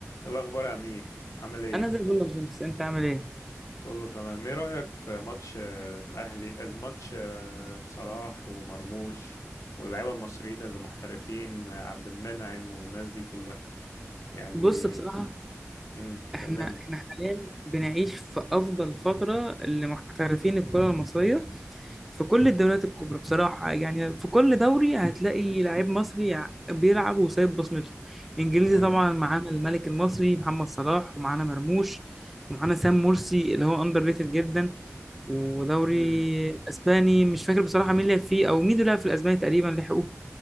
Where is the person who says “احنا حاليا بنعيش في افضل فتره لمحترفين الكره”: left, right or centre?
Centre